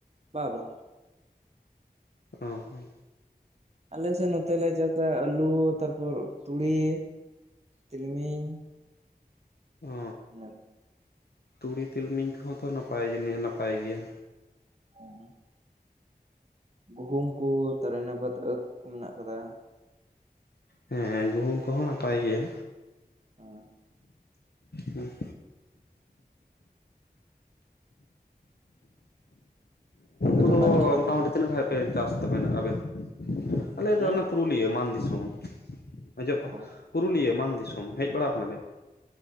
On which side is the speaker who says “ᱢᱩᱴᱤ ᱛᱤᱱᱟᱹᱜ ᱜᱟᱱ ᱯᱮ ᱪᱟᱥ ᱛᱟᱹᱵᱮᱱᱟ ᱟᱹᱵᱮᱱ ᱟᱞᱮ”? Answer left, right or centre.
Left